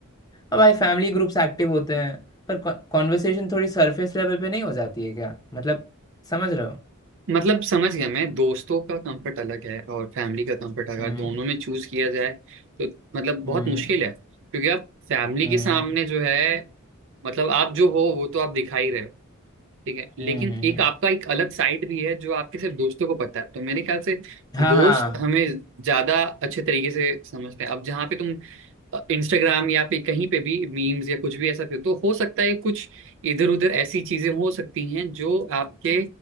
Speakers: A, on the left; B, on the right.
A: अब भाई फैमिली ग्रुप्स एक्टिव
B: <clears throat>
A: होते हैं पर कॉन्वर्सेशन थोड़ी सरफेस लेवल पे नहीं हो जाती है क्या मतलब समझ रहे हो
B: मतलब समझ गया मैं दोस्तों का कंफर्ट अलग है और फैमिली का कंफर्ट अलग
A: हम्म
B: है दोनों में चूज किया जाए तो मतलब बहुत
A: हम्म
B: मुश्किल है क्योंकि आप फैमिली
A: हम्म
B: के सामने
A: हम्म
B: जो है मतलब आप जो हो वो तो आप दिखा ही रहे हो ठीक है लेकिन
A: हम्म, हम्म,
B: एक
A: हम्म।
B: आपका एक अलग साइड भी है जो आपके सिर्फ दोस्तों को पता है तो मेरे ख्याल से
A: हाँ
B: दोस्त
A: हाँ
B: हमें ज्यादा अच्छे तरीके से समझते हैं अब जहाँ पे तुम इंस्टाग्राम या पे कहीं पे भी मीम्स या कुछ भी ऐसा फिर तो हो सकता है कुछ इधर उधर ऐसी चीजें हो सकती हैं जो आपके